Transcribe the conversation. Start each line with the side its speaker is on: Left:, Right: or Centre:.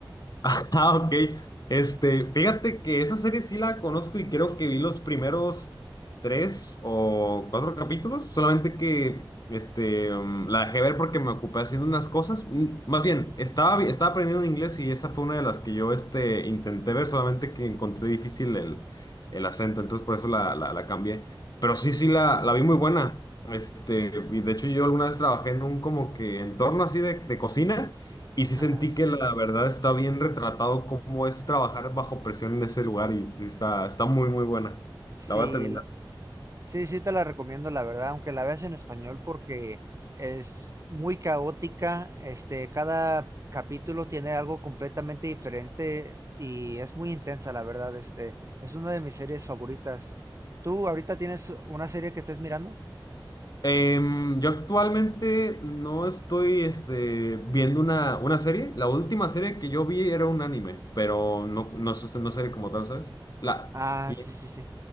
Left: <laughs> Ah, ok. Este, fíjate que esa serie sí la conozco y creo que vi los primeros tres o cuatro capítulos, solamente que este, mm, la dejé ver porque me ocupé haciendo unas cosas. Mm, Más bien, estaba, vi- estaba aprendiendo inglés y esa fue una de las que yo este, intenté ver, solamente que encontré difícil el, el acento, entonces por eso la, la, la cambié. Pero sí, sí, la, la vi muy buena. Este, y de hecho yo alguna vez trabajé en un como que entorno así de de cocina. Y sí
Right: Ajá.
Left: sentí que la verdad está bien retratado cómo es trabajar bajo presión en ese lugar y sí está, está muy, muy buena.
Right: Sí,
Left: La voy a terminar.
Right: la- Sí, sí te la recomiendo, la verdad, aunque la veas en español porque es muy caótica. Este, cada capítulo tiene algo completamente diferente y es muy intensa, la verdad. Este, es una de mis series favoritas. ¿Tú ahorita tienes una serie que estés mirando?
Left: Em, yo actualmente no estoy este, viendo una, una serie. La última serie que yo vi era un anime, pero no, no, es- no serie como tal, ¿sabes? La,
Right: Ah,
Left: y-
Right: sí, sí, sí.